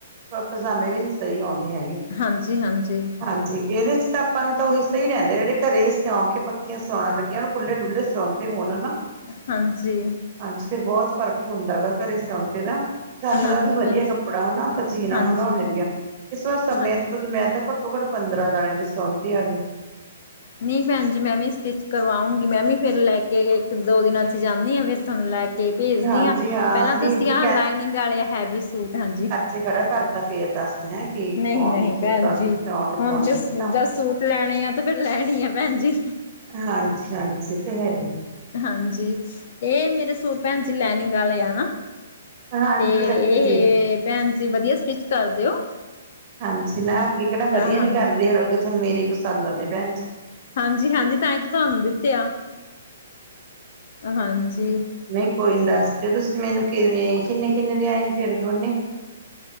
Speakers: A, on the right; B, on the left.
A: ਪਜਾਮੇ ਵੀ ਨੀ ਸਈ ਆਉਂਦੇ ਹੈਗੇ।
B: ਹਾਂਜੀ-ਹਾਂਜੀ।
A: ਹਾਜੀ ਏਦੇ ਤਾਂ ਆਪਾਂ ਨੂੰ ਤਾਂ ਉਹੀ ਸਈ ਰੈਂਦੇ ਆ ਜੇੜੇ ਘਰੇ ਸਿਉਂ ਕੇ ਪੱਕੀਆਂ ਸਿਆਉਣਾ ਲੱਗੀਆਂ ਹੋਣ। ਉ ਖੁੱਲੇ ਡੁੱਲੇ ਸਿਉਂਤੇ ਹੋਨ ਨਾ।
B: ਹਾਂਜੀ।
A: ਹਾਂਜੀ ਫਿਰ ਬਹੁਤ ਫ਼ਰਕ ਹੁੰਦਾ ਗਾ ਘਰੇ ਸਿਆਉਂਤੇ ਦਾ। ਛੱਲ
B: ਹਾਂਜੀ
A: ਦਾ ਵੀ ਵਧੀਆ
B: ਭੈਣ ਜੀ।
A: ਕੱਪੜਾ ਹਨਾ। ਆਪਾ ਜੀਨਾ
B: ਹਾਂਜੀ,
A: ਹੰਡਾਉਣੇ ਵੀ ਆਣੇ ਇਸ ਵਾਰ ਸਮੇਂ
B: ਹਾਂਜੀ।
A: ਤੋਂ ਮੈਂ ਤਾਂ <unintelligible> ਪੰਦਰਾਂ ਜਾਣੇ ਦੀ ਸੇਓਤੇ ਆ ਗੇ।
B: ਨੀ ਪੈਨ ਜੀ ਮੈਂ ਵੀ ਸਟੀਚ ਕਰਵਾਉਂਗੀ ਮੈਂ ਵੀ ਫੇਰ ਲੈ ਕੇ ਇਕ-ਦੋ ਦਿਨਾਂ ਚ ਜਾਂਨੀ ਆਂ ਫੇਰ ਧੋਨੂੰ ਲੈ ਕੇ ਕੇ ਭੇਜਦੀ
A: ਹਾਂਜੀ
B: ਆਂ,
A: ਹਾਂ
B: ਪੈਂਲਾਂ
A: ਵੀਰ
B: ਤੁਸੀਂ
A: ਜੀ
B: ਆ ਲਾਈਨੀਂਗ ਵਾਲੇ ਹੈਵੀ ਸੂਟ ਹਾਂਜੀ।
A: ਤੇ ਖੜਾ ਕਰਤਾ ਫੇਰ ਦੱਸਦੇ ਹੈਂ ਕੀ ਫੋਨ
B: ਨਹੀ-ਨਹੀ
A: ਸੂਟਾਂ
B: ਭੈਣ
A: ਨੂੰ
B: ਜੀ,
A: ਸਿਉਣ ਨੂੰ
B: ਹੁਣ
A: ਫੋਨ
B: ਜੇ
A: ਕੀਤਾ
B: ਜ ਸੂਟ ਲੈਣੇ ਆ ਤੇ ਫੇਰ ਲੈਣੀ ਆ ਭੈਣ ਜੀ।
A: ਹਾਂਜੀ-ਹਾਂਜੀ ਤੇ ਹੈ ਈ।
B: ਹਾਂਜੀ ਏ ਮੇਰੇ ਸੁ ਭੈਣ ਜੀ ਲੈਨਿੰਗ ਵਾਲੇ ਆ ਨਾ।
A: ਹਾਂਜੀ
B: ਤੇ
A: ਅੱਛਾ
B: ਇਹ
A: ਜੀ
B: ਭੈਣ ਜੀ ਵਦੀਆ ਸਟੀਚ ਕਰ ਦੇਓ।
A: ਹਾਂਜੀ ਨਾ ਅੱਗੇ ਕੇੜਾ ਵਦੀਆ
B: ਹਾਂਜੀ
A: ਨੀ ਕਰੇ ਅੱਗੇ ਤੁਥਾਨੂੰ ਮੇਰੇ ਈ ਪਸੰਦ ਆਂਦੇ ਭੈਣ ਜੀ।
B: ਹਾਂਜੀ-ਹਾਂਜੀ ਤਾਂ ਈ ਤਾਂ ਤੁਆਨੂੰ ਦਿਤੇਆ, ਹਾਂਜੀ।
A: ਨਈ ਕੋਈ ਨੀ ਦੱਸ ਦੇਓ ਤੁਸੀਂ ਮੈਨੂੰ ਕੇਵੇਂ, ਕਿੰਨੇ-ਕਿੰਨੇ ਦੇ ਆਏ ਨੇ ਫੇਰ ਦੋਨੇ ਈ?